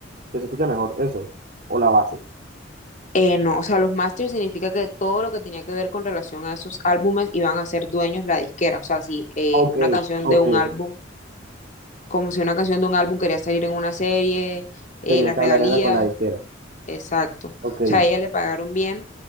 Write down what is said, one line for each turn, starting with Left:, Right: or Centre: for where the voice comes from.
Right: que se escucha mejor, eso, o la base.
Left: eh, no, o sea, los masters significa que todo lo que tenía que ver con relación a esos álbumes iban a ser dueños la disquera. O sea, si eh,
Right: Ok,
Left: una canción
Right: ok,
Left: de un álbum
Right: ok.
Left: como si una canción de un álbum quería salir en una serie, eh,
Right: Tenía
Left: las
Right: que
Left: regalías,
Right: hablar era con la disquera.
Left: exacto. O
Right: Ok, sí,
Left: sea, a ella le pagaron bien